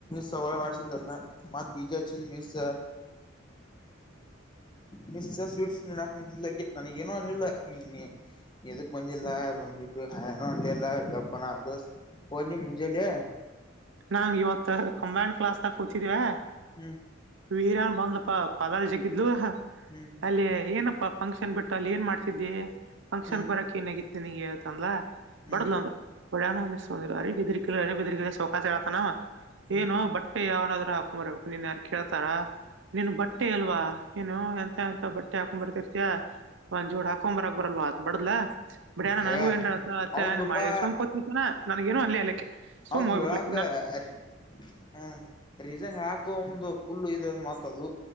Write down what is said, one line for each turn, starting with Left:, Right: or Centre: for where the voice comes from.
Left: ಸವಾಯ ಮಾಡಸನಾ ಮ ಬಜ ಚ ಮಿಸ ಮಶ್ ಸ್ವೀಟ್ಸ್ ನೀಕ್ ನಿಂತಿಲ್ಲಕ್ಕೆ ನನಗ ಏನೋ ಅಂದಿಲ್ಲ ಹ ಎದಕ್ ಬಂದಿಲ್ಲ ಬಂದಿಲ್ಲ ಹನ ಅಲ್ಲಪ ಅ ದ ನೀ ಮುಂಜೆಲಿ
Right: ನಾಂಗ ಇವತ್ ಕಂಬ್ಯಾಂಡ್ ಕ್ಲಾಸ್ಗ ಕೂತಿದವೆ
Left: ಹ್ಮ್
Right: ವೀರ್ಯನ್ ಬಂದಪ್ಪ ಕೊಲಾರ ಜಗಿದ್ಲು
Left: ಹ್ಮ್
Right: ಅಲ್ಲಿ ಏನಪ್ಪಾ ಫಂಕ್ಷನ್ ಬಿಟ್ಟು ಅಲ್ಲಿ ಏನ್ ಮಾಡ್ತಿದೆ ಫಂಕ್ಷನ್
Left: ಹ್ಮ್
Right: ಬರಕಕ್ ಏನ ಆಗತ್ತು ನಿನಗೆ ಆತ ಅ
Left: ಹ್ಮ್
Right: ಬಡದಲ ಅಂದ ಇಳ ಅರಿ ಎದರ್ ಬಿದಗ ಸವಕಾಸ ಹೇಳ್ತಾನ
Left: ಹ್ಮ್
Right: ಏನು ಬಟ್ಟೆ ಯಾವನಾದ್ರು ಹಾಕೊಂಬರ್ಬೇಕು ನೀನ್ ಯಾರು ಕೇಳ್ತಾರ ನಿನ್ ಬಟ್ಟೆ ಅಲ್ವಾ ಏನು ಎಂತ ಎಂತ ಬಟ್ಟೆ ಹಾಕೊಂಡ್ ಬರ್ತಿರ್ ಅತ್ಯ ಒಂದ್ ಜೋಡ್ ಹಾಕೊಂಬರಕ್ ಬರಲ್ವ ಬಡದಲಾ ಬಟ್ಏನ
Left: ಅಯ್ಯ
Right: ನನಗೂ ಏನ್ರ ಅಂತ
Left: ಅವಂದಪ್ಪಾ
Right: ಮಾಡಿ ಸೋಮ್ ಕೂತ್ ಚನ ನನ್ಗ ನು ಅಲ್ಲಿ ಹೇಳಲಿಕ್ಕೆ ಸೋಮ್
Left: ಅವಂದ್
Right: ಹೋಗ್ಬಿಡ್ಲಿಕ್ಕೆ
Left: ಹೇಳಾಕ ಹ ರೀಸನ್ ಯಾಕು ಒಂದು ಪುಲ್ಲ ಇದದು ಮಾತ ದು